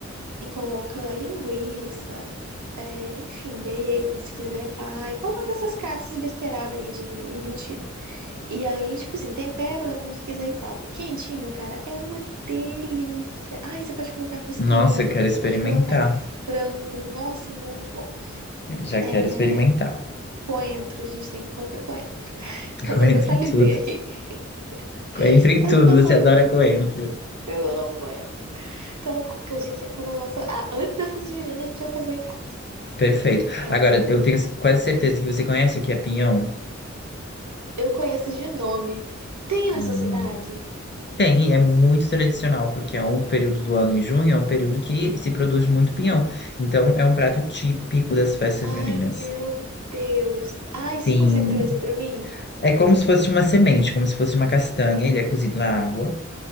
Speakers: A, on the right (about 75°); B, on the left (about 40°).
A: E coloca linguiça, é, enfim, bacon, se quiser, pai. Coloca essas caixas besteiradas aí de embutido. E aí, tipo assim, tempera da forma que quiser e tal. E quentinho, cara, é uma delícia. Ai, você pode colocar costelinha,
B: Nossa, eu quero experimentar.
A: pode colocar frango. Nossa, é muito bom.
B: Eu já quero
A: É,
B: experimentar.
A: coentro, a gente tem que colocar coentro. <laughs>
B: <laughs>
A: Nossa,
B: Coentro
A: eu até salivei
B: em tudo.
A: aqui. <laughs>
B: Coentro em
A: Só
B: tudo,
A: de pensar
B: você adora
A: no que
B: coentro.
A: eu amo coentro. Então tá, canjiquinha tá na nossa. Ah, antes da festa junina, a gente vai fazer em casa.
B: Perfeito.
A: é
B: Agora, eu tenho quase certeza que você conhece o que é pinhão.
A: Eu conheço de nome. Tem na
B: Hum,
A: sua cidade?
B: Tem, e é muito tradicional, porque é um período do ano em junho, é um período que se produz muito pinhão. Então, é um prato típico das festas
A: Ai,
B: juninas.
A: meu Deus. Ai, você
B: Sim.
A: consegue trazer pra mim?
B: É como se fosse uma semente, como se fosse uma castanha, ele é cozido na água.